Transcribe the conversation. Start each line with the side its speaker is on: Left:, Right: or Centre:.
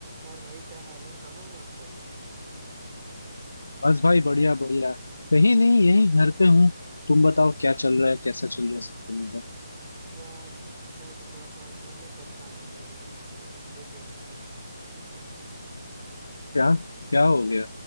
Right: और भाई क्या हाल है कहाँ हो आजकल
Left: बस भाई बढ़िया बढ़िया कहीं नहीं यही घर पे हूँ तुम बताओ क्या चल रहा है कैसा चल रहा है सब तुम्हारा
Right: यार मैं तो थोड़ा सा आजकल ना परेशान लगने लगा हूँ मतलब हो गया हूँ मैं परेशान
Left: क्या क्या हो गया